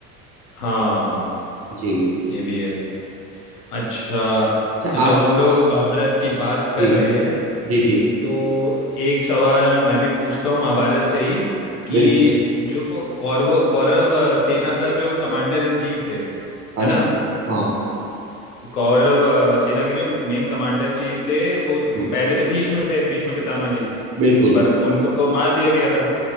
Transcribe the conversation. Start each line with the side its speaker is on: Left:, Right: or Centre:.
Left: हाँ
Right: जी
Left: ये भी है अच्छा
Right: अच्छा
Left: तो जब
Right: आप
Left: हम लोग महाभारत की बात कर
Right: जी
Left: रहे हैं
Right: जी जी
Left: तो एक सवाल मैं भी पूछता हूँ महाभारत से ही कि
Right: बिल्कुल
Left: जो कौरव कौरव अ, सेना का जो कमांडर इन चीफ थे
Right: अच्छा
Left: है ना
Right: हाँ
Left: कौरव अ, सेना के जो मेन कमांडर जी थे वो
Right: जी
Left: वो पहले तो भीष्म थे भीष्म पितामह जी
Right: बिल्कुल
Left: पर उनको तो मार दिया गया था